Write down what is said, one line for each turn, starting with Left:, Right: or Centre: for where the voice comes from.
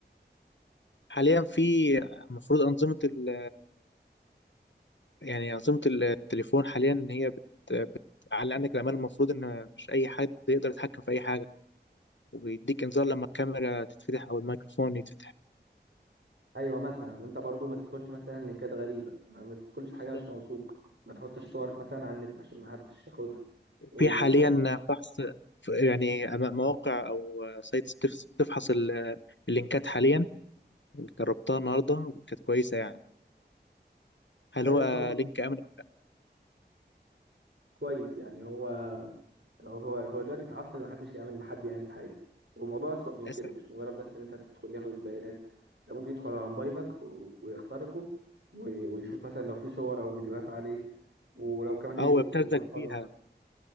Left: حاليا في المفروض أنظمة ال يعني أنظمة التليفون حاليا إن هي بت بتعلي عندك الأمان المفروض إن مش أي حد يقدر يتحكم في أي حاجة وبيديك إنذار لما الكاميرا تتفتح أو الميكروفون يتفتح
Right: ايوه مثلا وانت برضو ما تدخلش مثلا لينكات غريبه ما, ما تدخلش حاجه
Left: بالظبط
Right: مش موثوق ما تحطش صورك مثلا على النت عشان ما حدش ياخدها والموضوع
Left: في حاليا فحص يعني مواقع أو سايتس بتف- بتفحص ال- اللينكات حاليا جربتها النهارده كانت كويسه يعني هل
Right: ايوه
Left: هو
Right: كويس
Left: لينك امن او لا
Right: كويس يعني هو هو هو دلوقتي في عصر ما حدش يأمن لحد يعني في حاجة والموضوع أسوأ من
Left: للاسف
Right: كده مش مجرد بس إن أنت تدخل ياخد البيانات ده ممكن يدخل على موبايلك و- ويخترقه و- ويشوف مثلا لو في صور أو فيديوهات عليه ولو كمان يوصل
Left: اه هو ابتزك
Right: المحفظة
Left: بيها